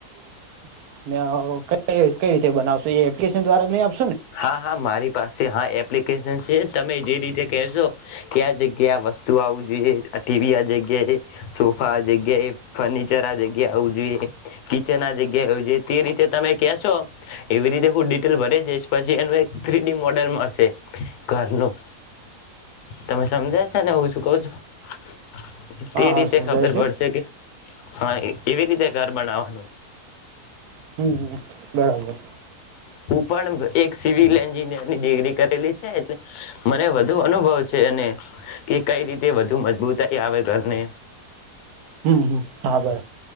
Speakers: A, on the right; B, on the left.
A: <inaudible> કઈ કઈ રીતે બનાવશો એપ્લિકેશન દ્વારા ન આપ
B: હા હા મારી પાસે હા એપ એપ્લિકેશન છે તમે જે રીતે કહેશો કે આ જગ્યાએ આ વસ્તુ આવું જોઈએ ટીવી આ જગ્યાએ સોફા જગ્યાએ ફર્નિચર આ જગ્યાએ આવું જોઈએ કિચન આ જગ્યાએ આવવુ જોઈએ તે રીતે તમે કહેશો એવી રીતે હું ડિટેલ ભરી દઈશ પછી એનું એક થ્રીડી મોડલ મળશે ઘરનું તમે સમજાય છે ને હું શું કઉ છું હા
A: હા
B: તે
A: હા
B: રીતે
A: સમજાય
B: ખબર
A: છે
B: પડશે કે હા એવી રીતે ઘર બનાવો નું
A: હમ હમ બરાબર
B: પણબ એક સિવિલ એન્જિનિયરની ડિગ્રી કરેલી છે એટલે મને વધુ અનુભવ છે અને કે કઈ રીતે વધુ મજબૂતાઈ આવે ઘરને
A: હમ હમ હા બર